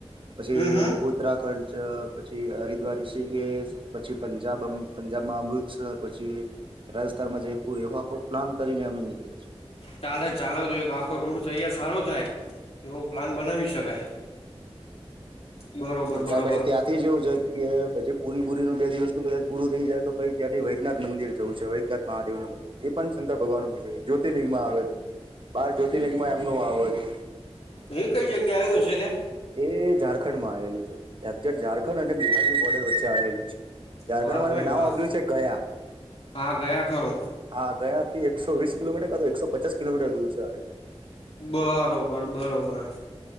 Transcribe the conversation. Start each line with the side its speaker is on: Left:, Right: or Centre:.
Right: પછી
Left: હમ હમ
Right: ઉત્તરાખંડ પછી હરિદ્વારી છે કે? પછી પંજાબ પંજાબમાં, અમૃતસર પછી રાજસ્થાનમાં, જયપુર એવાખો પ્લાન કરીને, અમે નીકળ્યા છીએ.
Left: ચાલે, ચાલે, તો એક આખો રૂડ તૈયાર સારો થાય, એવો પ્લાન બનાવી શકાય. બરોબર
Right: અ ત્યાં
Left: બરોબર
Right: પછી ત્યાંથી એવું છે. કે પછી પૂરી બુરીનું બે દિવસનું પદા પૂરું થઈ જાય, તો પછી ત્યાંથી વૈદનાથ મંદિર જવું છે, વૈદનાથ મહાદેવનું મદિર. એ પણ શંકર ભગવાન નું માં જ્યોતિર્લિંગ માં આવે છે, બાર જ્યોતિર્લિંગ માં એમનું આવે છે.
Left: તો એ કઈ જગ્યા આવ્યું હશે, ત્યાં
Right: એ ઝારખંડ માં આવેલું છે, ઝારખંડ અને બિહારની બોર્ડર વચ્ચે આવેલું છે. ઝારખંડમાં
Left: વાહ ભાઈ
Right: તમે નામ
Left: વાહ
Right: વાર્યું છે, ગયા.
Left: હા ગયા ખરું
Right: હા, ગયાથી એકસો વીસ કિલોમીટર કાં તો, એકસો પચાસ કિલોમીટર દૂર છે, હ.
Left: બરોબર, બરોબર.